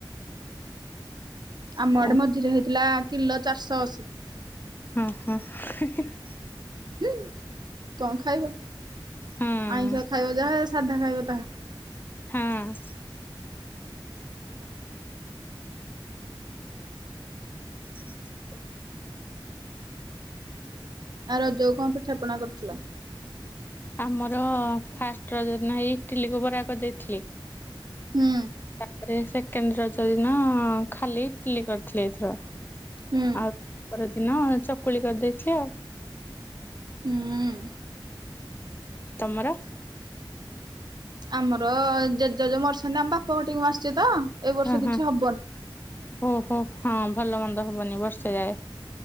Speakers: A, on the right; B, on the left.
A: ଆମ
B: କଣ
A: ଆଡ଼େ ମଝିରେ ହେଇଥିଲା କିଲ ଚାରିଶହ ଅଶୀ।
B: ହଁ ହଁ ହି ହି ହି।
A: <unintelligible> କଅଁ ଖାଇବ
B: ହଁ।
A: ଆଇଁଷ ଖାଇବ ଯାହା ସାଧା ଖାଇବ ତାହା।
B: ହଁ। <inaudible> ହ
A: ଆଉ ରଜକୁ କଣ ପିଠାପଣା କରିଥିଲ?
B: ଆମର ଫାଷ୍ଟ ରଜ ଦିନ ହେଇ ଇଟିଲିକୁ ବରା କରିଦେଇଥିଲି।
A: ହୁଁ
B: ତାପରେ ସେକେଣ୍ଡେ ରଜ ଦିନ ଖାଲି ଇଟ୍ଲି କରିଥିଲେ ଏଥର।
A: ହୁଁ
B: ଆଉ ପରଦିନ ଚକୁଳି କରିଦେଇଥିଲି ଆଉ।
A: ହୁଁ
B: ତମର?
A: ଆମର ଜେଜେ ଜୋଉ ମରିସ୍ରନ୍ ନାଁ ଆମ ବାପ ଘଟିିକି ମୁଁ ଆସ୍ଚି ତ ଏଇ ବର୍ଷ
B: ହଁ
A: କିଛି
B: ହଁ
A: ହବନି।
B: ଓହୋ ହଁ ଭଲ ମନ୍ଦ ହବନି ବର୍ଷେ ଯାଏ।